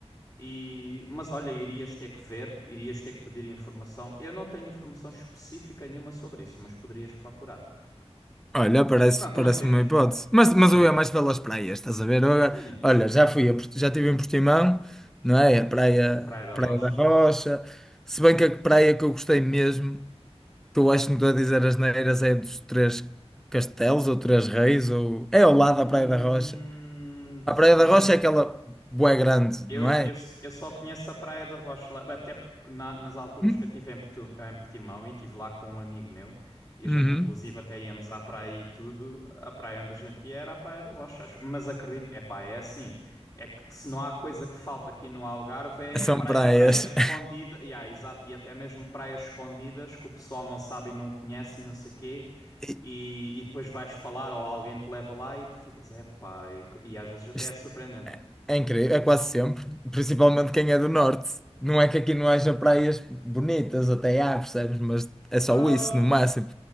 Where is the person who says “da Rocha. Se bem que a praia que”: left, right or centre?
Centre